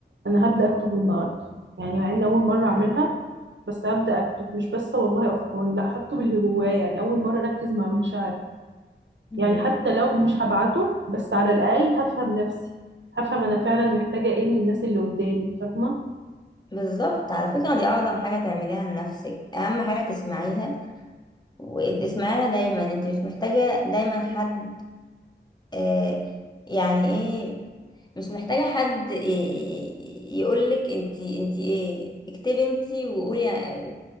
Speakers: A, on the right (about 75°); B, on the left (about 20°).
A: انا هبدا اكتب من النهارده يعني مع ان اول مره اعملها بس هبدا اكتب مش بس والله افكار لا هكتب اللي جوايا يعني اول مره اركز مع مشاعري
B: مم.
A: يعني حتى لو مش هبعته بس على الأقل هفهم نفسي هفهم أنا فعلا محتاجة إيه من الناس اللي قدامي فاهمة
B: بالظبط على فكرة دي أعظم حاجة تعمليها لنفسك أهم حاجة تسمعيها وتسمعيها دايما انت مش محتاجة دايما حد آه يعني ايه مش محتاجة حد ي- ي- يقولك انت انت ايه اكتبي انت وقولي ع-